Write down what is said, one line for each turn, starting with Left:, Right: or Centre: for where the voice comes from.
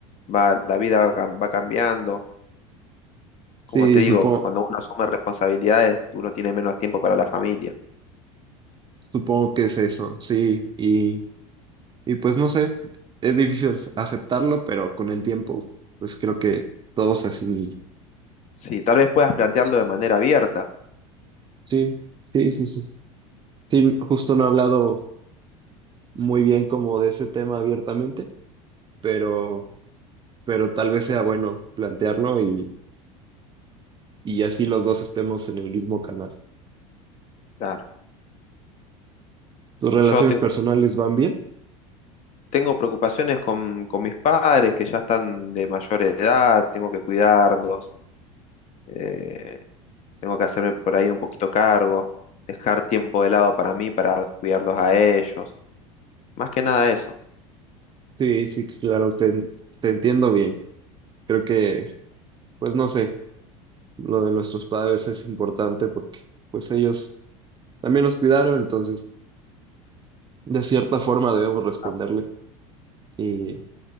Left: va, la vida va, cam- va cambiando.
Right: Sí,
Left: Como te digo,
Right: supongo,
Left: cuando uno asume responsabilidades, uno tiene menos tiempo para la familia.
Right: supongo que es eso, sí. Y, y pues no sé, es difícil s- aceptarlo, pero con el tiempo, pues creo que todo se asimila.
Left: Sí, tal vez puedas plantearlo de manera abierta.
Right: Sí, sí, sí, sí. Sí, justo no he hablado muy bien como de ese tema abiertamente, pero, pero tal vez sea bueno plantearlo y, y así los dos estemos en el mismo canal.
Left: Claro,
Right: ¿Tus relaciones
Left: yo tengo,
Right: personales van bien?
Left: tengo preocupaciones con, con mis padres que ya están de mayor edad, tengo que cuidarlos eh, tengo que hacerme por ahí un poquito cargo, dejar tiempo de lado para mí, para cuidarlos a ellos, más que nada eso,
Right: Sí, sí, claro, te, en- te entiendo bien. Creo que pues no sé, lo de nuestros padres es importante porque pues ellos también nos cuidaron, entonces de cierta forma debemos responderle
Left: Ah,
Right: y,